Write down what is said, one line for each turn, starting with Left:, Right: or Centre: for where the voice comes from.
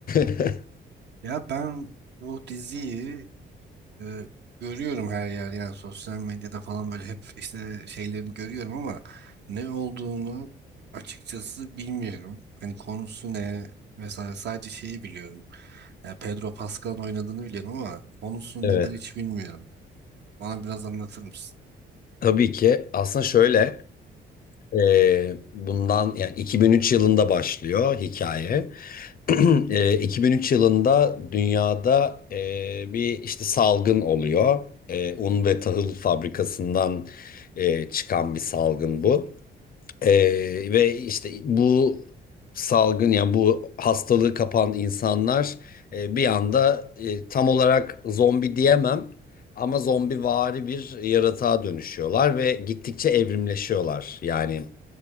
Left: <laughs>
Right: Ya ben bu diziyi e, görüyorum her yer yani sosyal medyada falan böyle hep işte şeylerini görüyorum ama ne olduğunu açıkçası bilmiyorum. Hani konusu ne vesaire sadece şeyi biliyorum. Yani Pedro Pascal'ın oynadığını biliyorum ama konusu
Left: Evet.
Right: nedir hiç bilmiyorum. Bana biraz anlatır mısın?
Left: Tabii ki. Aslında şöyle e, bundan yani 2003 yılında başlıyor hikaye. <clears throat> E, 2003 yılında dünyada e, bir işte salgın oluyor. E, un ve tahıl fabrikasından e, çıkan bir salgın bu. Ee, ve işte bu salgın yani bu hastalığı kapan insanlar e, bir anda e, tam olarak zombi diyemem ama zombivari bir yaratığa dönüşüyorlar ve gittikçe evrimleşiyorlar. Yani